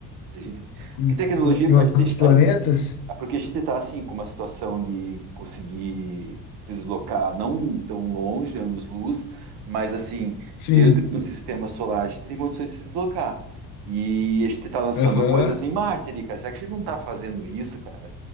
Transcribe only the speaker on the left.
Em,
em outros
planetas?
Sim.
Aham.